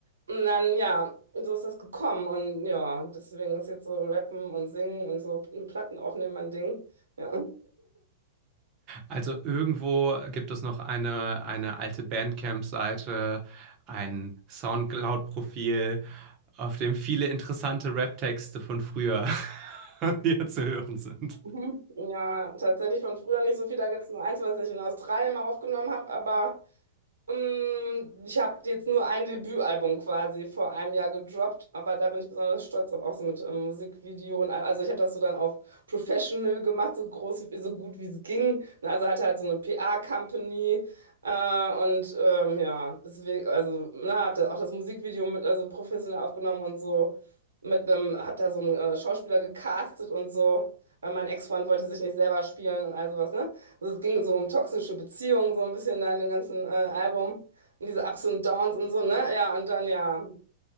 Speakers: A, on the right; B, on the right.
A: Und dann, ja, so ist das gekommen und ja, deswegen ist jetzt so Rappen und Singen und so Platten aufnehmen mein Ding, ja.
B: Also irgendwo gibt es noch eine, eine alte Bandcamp-Seite, ein Soundcloud-Profil, auf dem viele interessante Rap-Texte von früher <laughs> hier zu hören sind.
A: Mhm. Ja, tatsächlich von früher nicht so viel. Da gibt es nur eins, was ich in Australien mal aufgenommen habe, aber Ähm, Ich habe jetzt nur ein Debütalbum quasi vor einem Jahr gedroppt, aber da bin ich besonders stolz drauf, auch so mit ähm, Musikvideo und all- also ich habe das so dann auf Professional gemacht, so groß, so gut wie es ging. ne, Also hatte halt so eine PR-Company äh, und ähm, ja, deswegen, also na, habe da auch das Musikvideo mit also professionell aufgenommen und so mit einem, hat da so einen äh, Schauspieler gecastet und so, weil mein Ex-Freund wollte sich nicht selber spielen und all sowas, ne? Also es ging so um toxische Beziehungen, so ein bisschen da in dem ganzen äh, Album. Und diese Ups und Downs und so, ne? Ja, und dann ja,